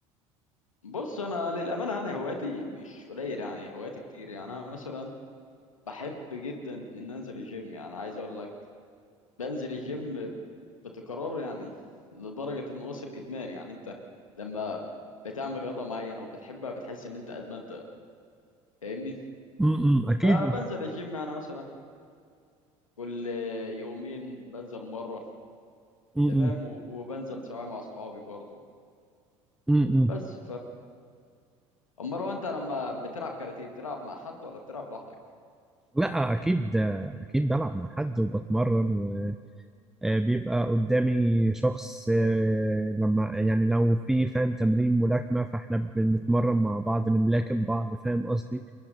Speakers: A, on the left (about 85°); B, in the centre.
A: بص انا للامانه انا هواياتي مش قليل يعني هواياتي كتير يعني انا مثلا بحب جدا ان انزل الجيم يعني عايز اقول لك بنزل الجيم بتكرار يعني لدرجه انه وصل ادمان يعني انت لما بتعمل رياضه معينه وبتحبها بتحس ان انت ادمنتها فاهمني
B: امم اكيد
A: فبنزل الجيم يعني مثلا كل يومين بنزل مره
B: امم
A: تمام و- وبنزل سواء مع اصحابي برضه
B: امم
A: بس امال هو انت لما بتلعب كاراتيه بتلعب مع حد ولا بتلعب لوحدك
B: لا اكيد آه، اكيد بلعب مع حد وبتمرن آه، بيبقى قدامي شخص آه، لما يعني لو في فاهم تمرين ملاكمة فاحنا بنتمرن مع بعض بنلاكم بعض فاهم قصدي